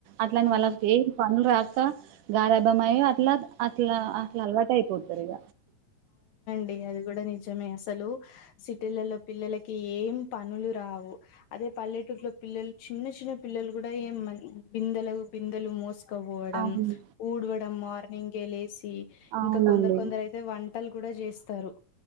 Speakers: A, on the right; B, on the left.
A: అట్లాంటి
B: అవును
A: వాళ్ళకి ఏం పనులు రాక క గారాభమై అట్లా అట్లా అట్లా అలవటు అయిపోతారు ఇగ
B: డి అది కూడా నిజమే అసలు సిటీలలో పిల్లలకి ఏం పనులు రావు అదే పల్లెటూరులో పిల్లలు చిన్న చిన్న చిన్న పిల్లలు కూడా ఏం మాన్ బిందలు బిందలు మోసి క పోవడం
A: అవును
B: ఉడవడం మార్నింగ్ ఏ లేసి
A: అవునండి
B: ఇంకా కొందరు కొందరైతే వయ్ వంటలు కూడా చేస్తారు